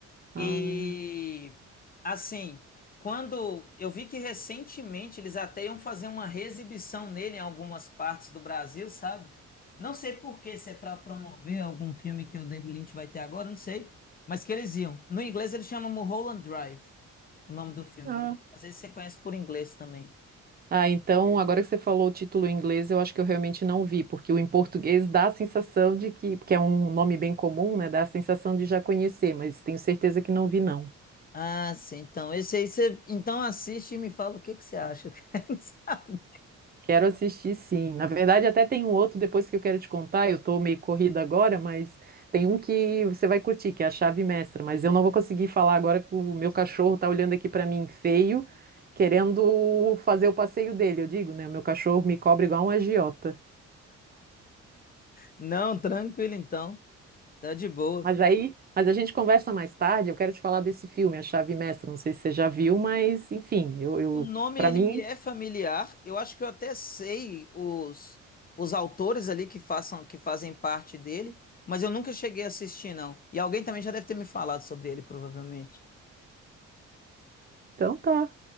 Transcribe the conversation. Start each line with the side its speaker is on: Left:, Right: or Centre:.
Right: Ah,
Left: E, assim, quando eu vi que recentemente eles até iam fazer uma reexibição nele em algumas partes do Brasil, sabe? Não sei por quê, se é para promover algum filme que o David Lynch vai ter agora, não sei. Mas que eles iam. No inglês ele chama Mulholland Drive, o nome do filme.
Right: ah.
Left: Não- Às vezes você conhece por inglês também.
Right: Ah, então, agora que você falou o título em inglês, eu acho que eu realmente não vi, porque o em português dá a sensação de que, porque é um nome bem comum, né? Dá a sensação de já conhecer, mas tenho certeza que não vi, não.
Left: Ah, sim. Então, esse aí você então assiste e me fala o que que você acha. Eu quero <laughs> saber.
Right: Quero assistir, sim. Na verdade, até tem um outro depois que eu quero te contar. Eu tô meio corrida agora, mas tem um que você vai curtir, que é a Chave Mestra. Mas eu não vou conseguir falar agora que o meu cachorro tá olhando aqui pra mim feio, querendo fazer o passeio dele. Eu digo, né? O meu cachorro me cobra igual um agiota.
Left: Não, tranquilo então. Tá de boa.
Right: Mas aí, mas a gente conversa mais tarde. Eu quero te falar desse filme, A Chave Mestra. Não sei se você já viu, mas enfim, eu, eu
Left: O nome
Right: para
Left: ele
Right: mim,
Left: me é familiar. Eu acho que eu até sei os os autores ali que façam que fazem parte dele, mas eu nunca cheguei a assistir não. E alguém também já deve ter me falado sobre ele, provavelmente.
Right: então tá.